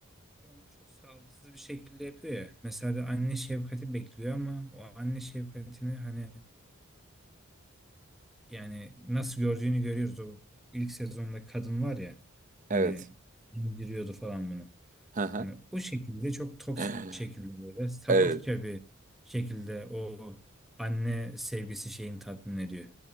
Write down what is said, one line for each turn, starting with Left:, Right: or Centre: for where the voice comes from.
Centre: Onu çok sağlıksız bir şekilde yapıyor ya. Mesela bir anne şefkati bekliyor ama o anne şefkatini hani yani nasıl gördüğünü görüyoruz. O ilk sezonda kadın var ya hani
Right: Evet.
Centre: indiriyordu falan bunu.
Right: Hı hı.
Centre: Hani o şekilde çok toksik
Right: <laughs>
Centre: bir şekilde böyle sapıkça
Right: Evet,
Centre: bir şekilde o anne sevgisi şeyini tatmin ediyor.